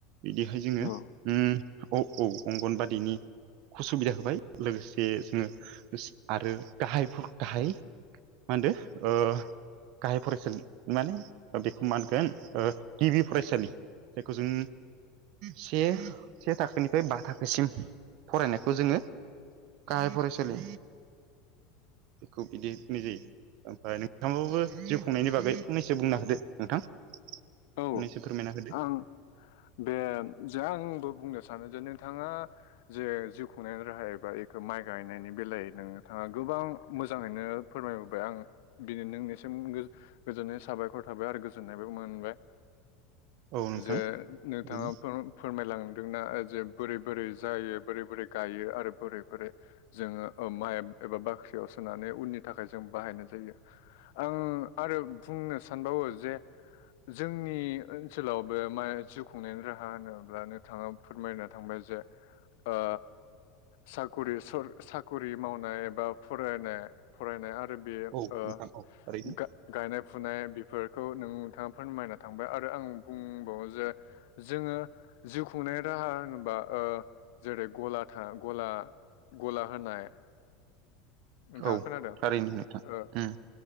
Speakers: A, on the right; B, on the left.
A: बिदिहाय जोङो
B: औ
A: ओम औ औ अंगनबादिनि उसुबिदा होबाय लोगोसे उम जोङो आरो गाहायफोर गाहाय मा होनदो ओ गाहाय फरायसालि माने बेखौ मा होनगोन ओ गिबि फरायसालि जायखौ जों से-से थाखोनिफ्राय बा थाखोसिम फरायनायखौ जोङो गाहाय फरायसालि बेखौ बिदि बुंनाय जायो। ओमफ्राय नोंथाङाबो जिउ खुंनायनि बागै फंनैसो बुंनो होदो। नोंथां फंनैसो
B: औ
A: फोरमायना होदो।
B: आं बे जे आंबो बुंनो सानो जे नोंथाङा जे जिउ खुंनायनि राहा एबा बेखौ माइ गायनायनि बेलायै नोंथाङा गोबां मोजाङैनो फोरमाय हरबाय आं बिनो नोंनिसिम गोजोननाय साबायखर थाबाय आरो गोजोननायबो मोनबाय
A: औ नोंथां।
B: जे नोंथाङा
A: ओरैनो
B: फोर फोरमायलांदोंना जे बोरै बोरै जायो बोरै बोरै गायो आरो बोरै बोरै जोङो ओ माइ एबा बाख्रियाव सोनानै उननि थाखाय जों बाहायनाय जायो। आं आरो बुंनो सानबावो जे जोंनि ओनसोलावबो मा जिउ खु खुंनायनि राहा होनोब्ला नोंथाङा फोरमायनो थांबाय जे ओ साखरि सर साखरि मावनाय एबा फरायनाय फरायनाय आरो बे
A: औ
B: ओ
A: नोंथां औ थारैनो
B: गा गायनाय- फुनाय बेफोरखौ नोंथाङा फोरमायना थांबाय आरो आं बुंबावो जे जोङो जिउ खुंनाय राहा होनोबा ओ जेरै गला था गला गला होनाय नोंथाङा
A: औ
B: खोनादों
A: थारैनो नोंथां
B: औ
A: उम